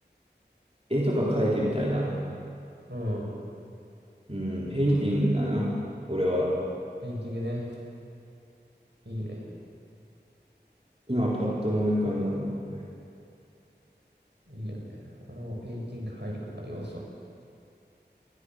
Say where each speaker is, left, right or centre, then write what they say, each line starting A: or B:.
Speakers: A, on the right (about 35°); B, on the right (about 75°).
A: 絵とか描いてみたいな。
B: うん
A: うん、ペインティングだな。俺は。
B: ペインティングね。いいね。
A: 今パッと思い浮かんだのは。
B: いいよね。俺もペインティング入るかな、要素。